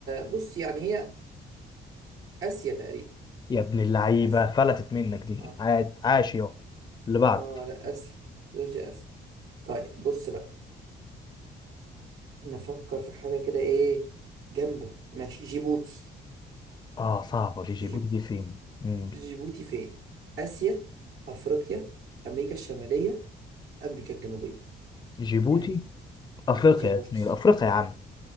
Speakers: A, on the right; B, on the left.
A: بص يعني هي آسيا تقريبا
B: يا ابن اللعيبه
A: آسيا
B: فلتت منك دي
A: اه
B: عاد عاش يا اللي بعد
A: اه لا آسيا جورجيا آسيا طيب بص بقى نفكر في حاجة كده ايه جامدة ماشي جيبوتي
B: اه صعبه دي جيبوتي
A: جيب...
B: دي فين مم.
A: جيبوتي فين آسيا أفريقيا أمريكا الشمالية أمريكا الجنوبية
B: جيبوتي
A: يعني
B: افريقيا
A: جيبوتي
B: يا زميلي افريقيا يا عم